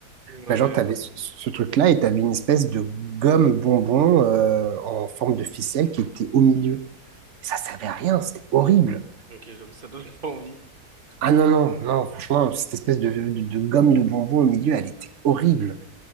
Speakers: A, on the right; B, on the right.
A: Ouais,
B: Bah, genre, t'avais ce, ce truc-là et t'avais une espèce de gomme bonbon euh, en forme de ficelle qui était au milieu. Ça servait à rien, c'était horrible.
A: ok, j'avoue, ça donne <laughs> pas envie.
B: Ah non, non, non, franchement, cette espèce de, de, de gomme de bonbon au milieu, elle était horrible.